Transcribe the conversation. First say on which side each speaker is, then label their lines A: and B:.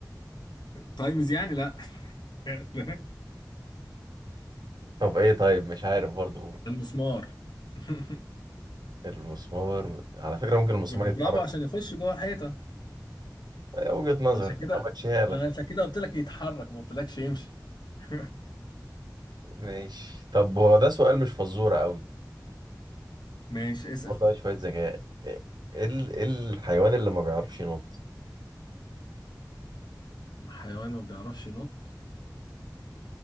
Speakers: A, on the left (about 75°); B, on the right (about 70°).
A: تايمز يعني لا <laughs> لا.
B: طب ايه طيب مش عارف برضه قول
A: المسمار <laughs>
B: المسمار على فكرة ممكن المسمار
A: بتضربه
B: يتحرك
A: عشان يخش جوه الحيطه
B: هي وجهة نظر
A: عشان كده
B: همشيها
A: ما
B: لك
A: انا عشان كده قلت لك يتحرك ما قلتلكش يمشي <laughs>
B: ماشي طب هو ده سؤال مش فزورة قوي
A: ماشي اسأل
B: برضه عليه شوية ذكاء ايه إيه ال... إيه الحيوان اللي ما بيعرفش ينط
A: حيوان ما بيعرفش ينط